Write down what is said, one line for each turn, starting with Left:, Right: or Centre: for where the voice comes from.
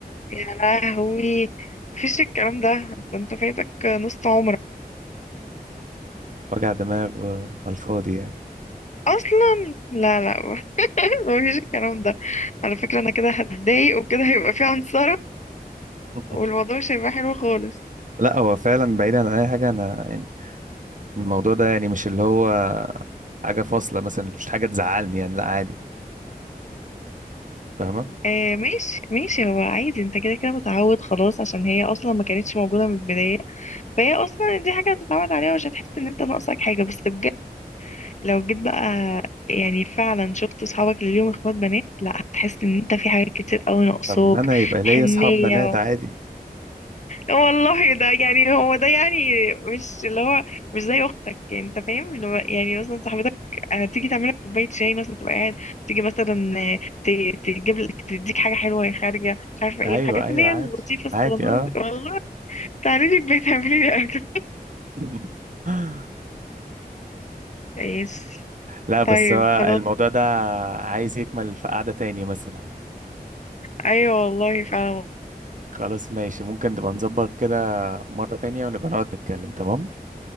Left: يا لهوي مفيش الكلام ده ده انت فايتك نص عمرك
Right: وجع دماغ و- على الفاضي يعني
Left: اصلا لا لا <laughs> مفيش الكلام ده على فكرة انا كده هتضايق وكده هيبقى في عنصرة
Right: <laughs>
Left: والموضوع مش هيبقى حلو خالص
Right: لا هو فعلا بعيدا عن اي حاجة انا يعني الموضوع ده يعني مش اللي هو حاجة فاصلة مثلا مش حاجة تزعلني يعني لا عادي فاهمة
Left: آه ماشي ماشي هو عادي انت كده كده متعود خلاص عشان هي اصلا ما كانتش موجوده من البدايه فهي اصلا دي حاجه هتتعود عليها ومش هتحس ان انت ناقصك حاجه بس بجد لو جيت بقى يعني فعلا شفت اصحابك اللي ليهم اخوات بنات لا هتحس ان انت في حاجات كتير قوي ناقصاك
Right: طب ما انا يبقى ليا
Left: حنيه
Right: اصحاب بنات عادي
Left: والله ده يعني هو ده يعني مش اللي هو مش زي اختك يعني انت فاهم اللي هو يعني مثلا صاحبتك هتيجي تعمل لك كوبايه شاي مثلا تبقى قاعد تيجي مثلا ت- تجيب لك تديك حاجه حلوه وهي خارجه مش عارفه
Right: ايوه
Left: ايه الحاجات
Right: ايوه
Left: اللي هي
Right: عادي
Left: اللطيفه الصغننه
Right: عادي اه
Left: دي والله تعالي لي البيت اعملي لي اكل
Right: <laughs>
Left: ماشي
Right: لا بس
Left: طيب
Right: هو
Left: خلاص
Right: الموضوع ده عايز يكمل في قعدة تاني مثلا
Left: ايوه والله فعلا
Right: خلاص ماشي ممكن نبقى نظبط كده مرة تانية ونبقى نقعد نتكلم تمام